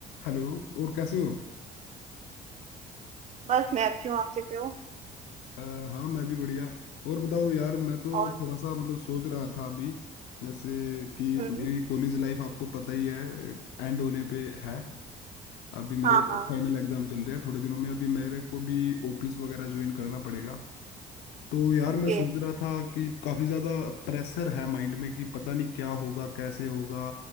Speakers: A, on the left; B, on the right.
A: Hello और कैसे हो
B: बस मैं अच्छी हूँ आप कैसे हो
A: अ, हाँ मैं भी बढ़िया और बताओ यार मैं तो
B: और
A: थोड़ा सा मतलब सोच रहा था अभी जैसे कि
B: हम्म
A: मेरी कॉलेज लाइफ आपको पता ही है एंड होने पे है अभी मेरे
B: हाँ हाँ
A: फाइनल एग्जाम चल रहे हैं थोड़े दिनों में अभी मेरे को भी ऑफिस वगैरह ज्वाइन करना पड़ेगा तो यार
B: ओके
A: मैं सोच रहा था कि काफ़ी ज़्यादा प्रेशर है माइंड में कि पता नहीं क्या होगा कैसे होगा